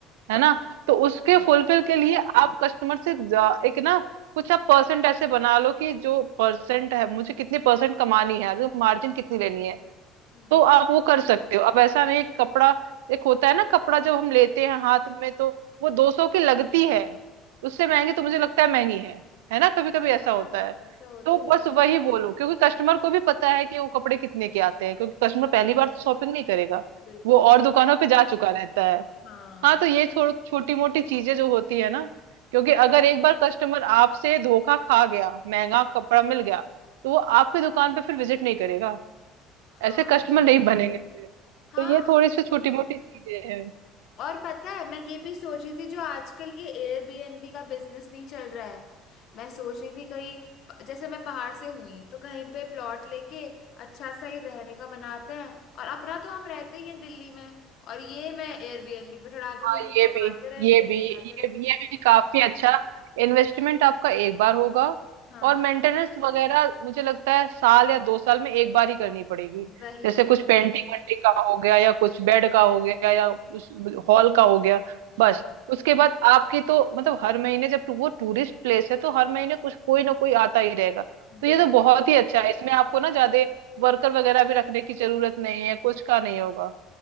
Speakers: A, on the right (about 90°); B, on the left (about 60°).
A: है ना तो उसके
B: हाँ
A: फुलफिल के लिए आप कस्टमर से जा- एक ना कुछ आप परसेंट ऐसे बना लो कि जो परसेंट है मुझे कितनी परसेंट कमानी है तो मार्जिन कितनी लेनी है
B: हम्म
A: तो आप वो कर सकते हो अब ऐसा नहीं है कि कपड़ा एक होता है ना कपड़ा जब हम लेते हैं हाथ में तो वो दो सौ की लगती है उससे
B: हाँ
A: महंगी तो मुझे लगता है महंगी है है ना कभी कभी ऐसा
B: हाँ,
A: होता है
B: ऐसा होता
A: तो
B: तो
A: बस
B: है
A: वही बोलो क्योंकि कस्टमर को भी पता है कि वो कपड़े कितने के आते हैं क्योंकि कस्टमर पहली बार तो शॉपिंग नहीं करेगा
B: बिल्कुल
A: वो और दुकानों पे जा चुका रहता है
B: हाँ
A: हाँ तो ये छोड़ छोटी मोटी चीजें जो होती है ना क्योंकि अगर एक बार कस्टमर आपसे धोखा खा गया महंगा कपड़ा मिल गया तो वो आपकी दुकान पे फिर विजिट नहीं करेगा
B: हाँ
A: ऐसे कस्टमर नहीं बनेंगे फिर
B: हाँ
A: तो ये थोड़ी
B: ये
A: सी छोटी
B: तो है।
A: मोटी चीजें हैं
B: और पता है मैं ये भी सोच रही थी जो आजकल ये एयरबीएनबी का बिजनेस नहीं चल रहा है मैं सोच रही थी कहीं प- जैसे मैं पहाड़ से हुई तो कहीं पे प्लॉट लेके अच्छा सा ही रहने का बनाते हैं और अपना तो हम रहते ही हैं दिल्ली में और ये मैं एयरबीएनबी पे चढ़ा दूंगी
A: हाँ
B: कि
A: ये
B: लोग
A: भी
B: आते रहेंगे
A: ये
B: लोग
A: भी ये
B: जाते रहेंगे
A: भी ये भी काफी अच्छा इन्वेस्टमेंट आपका एक बार होगा
B: हाँ
A: और मेंटेनेंस वगैरह मुझे लगता है साल या दो साल में एक बार ही करनी पड़ेगी
B: वही
A: जैसे कुछ पेंटिंग वेंटिंग का हो गया या कुछ बेड का हो गया या उस हॉल का हो गया
B: हाँ
A: बस उसके बाद आपकी तो मतलब हर महीने जब वो टूरिस्ट प्लेस है तो हर महीने कुछ कोई ना कोई आता ही रहेगा तो
B: बिल्कुल
A: ये तो बहुत ही अच्छा है इसमें आपको ना ज्यादा वर्कर वगैरह भी रखने की जरूरत नहीं है कुछ का नहीं होगा